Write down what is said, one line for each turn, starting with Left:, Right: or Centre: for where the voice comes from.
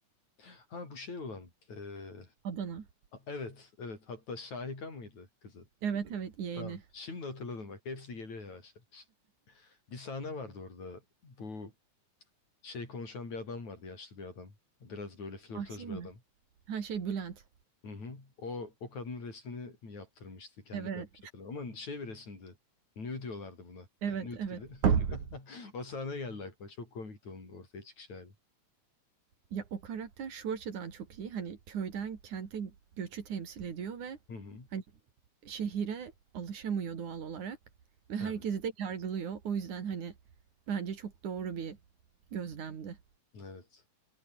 Left: ha bu şey olan. eee,
Right: Adana.
Left: a- evet, evet. Hatta Şahika mıydı kızı?
Right: Evet, evet yeğeni.
Left: Tamam. Şimdi hatırladım bak. Hepsi geliyor yavaş yavaş. Bir sahne vardı orada. Bu şey konuşan bir adam vardı, yaşlı bir adam. Biraz böyle flörtöz
Right: Ahsin
Left: bir adam.
Right: mi? Ha, şey Bülent.
Left: Hı hı. O o kadının resmini mi yaptırmıştı? Kendini
Right: Evet,
Left: yapmış hatırlamıyorum. Ama şey bir resimdi. Nude diyorlardı buna.
Right: evet,
Left: Yani nude
Right: evet.
Left: gibi.
Right: gibi.
Left: <laughs> O sahne geldi aklıma. Çok komikti onun ortaya çıkış hali.
Right: Ya o karakter şu açıdan çok iyi. Hani köyden kente göçü temsil ediyor ve
Left: Hı hı.
Right: hani şehire alışamıyor doğal olarak ve herkesi
Left: Evet.
Right: de yargılıyor. O yüzden hani bence çok doğru bir gözlemdi.
Left: Evet.